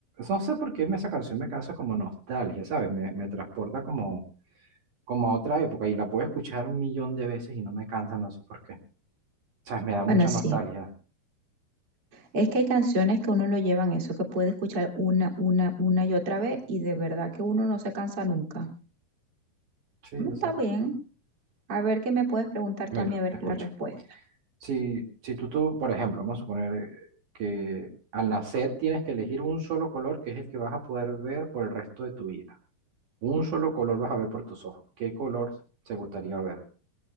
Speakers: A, on the right; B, on the right.
A: No sé por qué me- esa canción me causa como nostalgia, ¿sabes? Me, me transporta como, como a otra época y la puedo escuchar un millón de veces y no me cansa, no sé por qué. ¿Sabes? Me da mucha
B: Bueno, sí.
A: nostalgia.
B: Es que hay canciones que uno lo llevan eso, que puede escuchar una, una, una y otra vez y de verdad que uno no se cansa nunca.
A: Sí, exacto.
B: Mm, Está bien. A ver qué me puedes preguntar
A: Mira,
B: tú a mí, a ver
A: escucha.
B: la respuesta.
A: Si, si tú, tú, por ejemplo, vamos a suponer eh, que al nacer tienes que elegir un solo color que es el que vas a poder ver por el resto de tu vida. Un solo color vas a ver por tus ojos. ¿Qué color te gustaría ver?